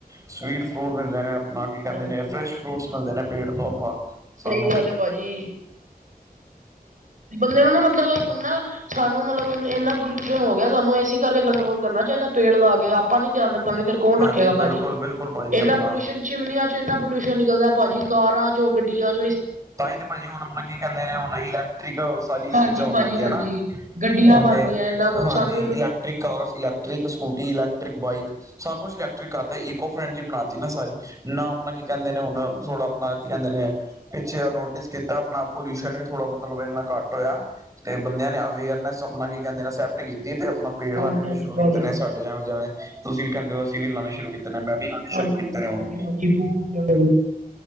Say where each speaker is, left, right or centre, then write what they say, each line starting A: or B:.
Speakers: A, on the right; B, on the right.
A: ਸਵੀਟ ਫਰੂਟ ਮਿਲਦੇ ਨੇ ਆਪ ਕੀ ਕਹਿੰਦੇ
B: ਹਾਂਜੀ,
A: ਨੇ ਫਰੈਸ਼ ਫਰੂਟਸ ਮਿਲਦੇ ਨੇ ਪੇਟ ਤੋਂ ਆਪਾਂ
B: ਸਹੀ
A: ਸਾਨੂੰ
B: ਗੱਲ ਏ ਭਾਜੀ ਬੰਦੇ ਨੂੰ ਨਾ ਮਤਲਬ ਹੁਣ ਨਾ ਸਾਨੂੰ ਮਤਲਬ ਇੰਨਾ ਪੋਲਿਊਸ਼ਨ ਹੋ ਗਿਆ। ਸਾਨੂੰ ਏਸੀ ਕਰਕੇ ਕੰਟਰੋਲ ਕਰਨਾ ਚਾਹੀਦਾ ਪੇੜ ਲਾ ਕੇ ਆਪਾਂ ਨੀ ਧਿਆਨ ਰੱਖ ਰੱਖਾਂਗੇ ਫੇਰ ਕੌਣ
A: ਹਾਂਜੀ
B: ਰੱਖੇ ਗਾਂ ਭਾਜੀ,
A: ਬਿਲਕੁਲ ਬਿਲਕੁਲ ਭਾਜੀ
B: ਇੰਨਾ
A: ਆਪਣਾ
B: ਪੋਲਿਊਸ਼ਨ ਚਿਮ ਨ ਚ ਇੰਨਾ ਪੋਲਿਊਸ਼ਨ ਨਿਕਲਦਾ ਭਾਜੀ ਕਾਰਾਂ ਚੋਂ ਗੱਡੀਆਂ ਚ
A: ਤਾਂ ਈ ਤੇ ਭਾਜੀ ਹੁਣ ਆਪਣਾ ਕੀ ਕਹਿੰਦੇ ਨੇ, ਹੁਣ ਇਲੈਕਟ੍ਰਿਕ ਸਾਰੀ
B: ਹਾਂਜੀ
A: ਚੀਜ਼ਾਂ ਹੋਣ
B: ਭਾਜੀ
A: ਲੱਗੀਆਂ
B: ਹਾਂਜੀ
A: ਨਾ।
B: ਗੱਡੀਆਂ
A: ਹੁਣ
B: ਬਣ
A: ਤੇ
B: ਗਈਆਂ ਇੰਨਾ ਕੁਛ
A: ਹਾਂਜੀ
B: ਸਾਨੂੰ
A: electric
B: ਹੁਣ
A: cars, electric scooty, electric bike. ਸਾਰਾ ਕੁਛ ਇਲੈਕਟ੍ਰਿਕ ਕਰਤਾ ਈਗੋ ਫਰੈਂਡਲੀ ਬਣਾ ਤੀ ਨਾ ਸਾਰੀ ਨਾ ਆਪਣਾ ਕੀ ਕਹਿੰਦੇ ਨੇ ਹੁਣ, ਥੋੜ੍ਹਾ ਆਪਣਾ ਕੀ ਕਹਿੰਦੇ ਨੇ ਪਿੱਛੇ ਆ ਨੋਟਿਸ ਕੀਤਾ ਆਪਣਾ ਪੋਲਿਊਸ਼ਨ ਵੀ ਥੋੜਾ ਮਤਲਬ ਇਨ੍ਹਾਂ ਘੱਟ ਹੋਇਆ। ਤੇ ਬੰਦਿਆਂ ਨੇ ਅਵੇਅਰਨੈਸ ਆਪਣਾ ਕੀ ਕਹਿੰਦੇ ਐਸੈਪਟ ਕੀਤੀ ਤੇ ਆਪਣਾ ਪੇੜ
B: ਹਾਂਜੀ
A: ਲਾਣੇ ਵੀ
B: ਹਾਂਜੀ
A: ਸ਼ੁਰੂ
B: ਭਾਜੀ
A: ਕੀਤੇ ਨੇ ਸਾਡੇ ਜਾ ਜਵੇ-ਜਵੇ ਤੁਸੀਂ ਵੀ ਕਹਿੰਦੇ ਹੋ ਅਸੀਂ ਵੀ ਲਾਉਣੇ ਸ਼ੁਰੂ ਕੀਤੇ ਨੇ ਮੈਂ ਵੀ
B: ਹਾਂਜੀ-ਹਾਂਜੀ,
A: ਸ਼ੁਰੂ ਕੀਤੇ ਨੇ ਹੁਣ
B: ਵਧੀਆ ਹਾਂਜੀ ਬਹੁਤ ਵਧੀਆ ਉਹਨਾਂ